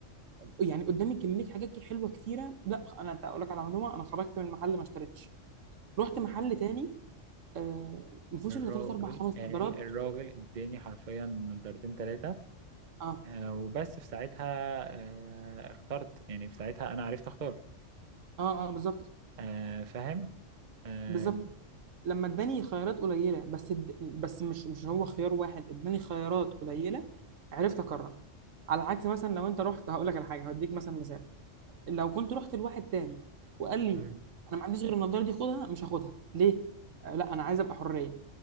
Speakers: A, on the right (about 75°); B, on the right (about 40°).
A: يعني قدامي كميه حاجات كده حلوه كتيره لا انا اقول لك على معلومه انا خرجت من المحل ما اشتريتش رحت محل تاني آه ما فيهوش
B: الراجل
A: الا ثلاث اربع خمس
B: قال
A: نضارات
B: الراجل اداني حرفيا نضارتين تلاتة
A: اه
B: آه، وبس في ساعتها آه، اخترت يعني في ساعتها انا عرفت اختار
A: اه اه بالظبط
B: آه، فاهم آه،
A: بالظبط لما اداني خيارات قليله بس الد... بس مش مش هو خيار واحد اداني خيارات قليله عرفت اقرر على عكس مثلا لو انت رحت هقول لك على حاجه هديك مثلا مثال لو كنت رحت لواحد تاني وقال لي
B: مم.
A: انا ما عنديش غير النضاره دي خدها مش هاخدها ليه آه، لا انا عايز ابقى حريه